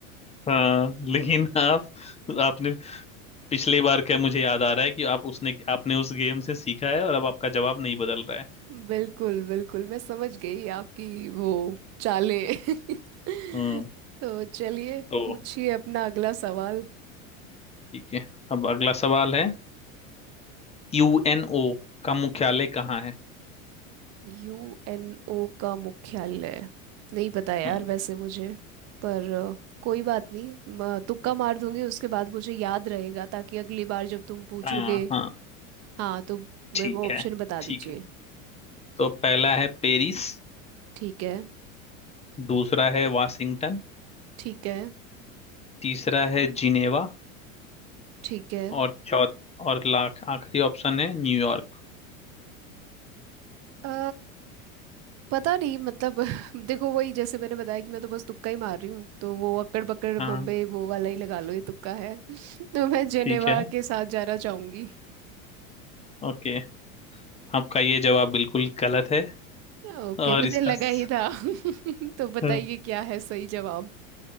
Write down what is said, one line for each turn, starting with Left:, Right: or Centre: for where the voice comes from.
Left: हाँ लेकिन आप आपने पिछली बार क्या मुझे याद आ रहा है कि आप उसने आपने उस गेम से सीखा है और अब आपका जवाब नहीं बदल रहा है
Right: <laughs> बिल्कुल बिल्कुल मैं समझ गई आपकी वो चालें <laughs>
Left: हम्म
Right: तो चलिए
Left: तो
Right: पूछिए अपना अगला सवाल
Left: ठीक है अब अगला सवाल है यूएनओ का मुख्यालय कहाँ है
Right: यूएनओ का मुख्यालय नहीं पता यार
Left: हम्म,
Right: वैसे मुझे पर अ, कोई बात नहीं म- तुक्का मार दूंगी उसके बाद मुझे याद रहेगा ताकि अगली बार जब तुम पूछोगे
Left: हाँ हाँ
Right: हाँ तो मेरे
Left: ठीक
Right: को ऑप्शन
Left: है
Right: बता दीजिए
Left: ठीक है तो पहला है पेरिस
Right: ठीक है
Left: दूसरा है वाशिंगटन
Right: ठीक है
Left: तीसरा है जिनेवा
Right: ठीक है
Left: और चौथ और लाख आखिरी ऑप्शन है न्यूयॉर्क
Right: अ पता नहीं मतलब <laughs> देखो वही जैसे मैंने बताया कि मैं तो बस तुक्का ही मार रही हूँ तो वो अक्कड़ बक्कड़
Left: हाँ
Right: बम्बे वो वाला ही लगा लो ये तुक्का है <laughs> तो मैं जेनेवा
Left: ठीक है
Right: के साथ जाना चाहूंगी
Left: ओके आपका ये जवाब बिल्कुल गलत है
Right: ओके
Left: और
Right: मुझे
Left: इसका
Right: लगा
Left: स-
Right: ही था <laughs> तो बताइए
Left: हाँ।
Right: क्या है सही जवाब